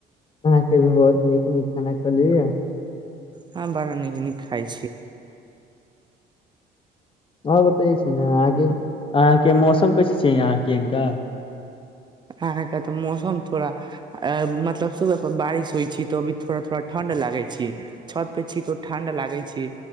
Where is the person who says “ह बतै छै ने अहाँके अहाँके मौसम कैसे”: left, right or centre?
Left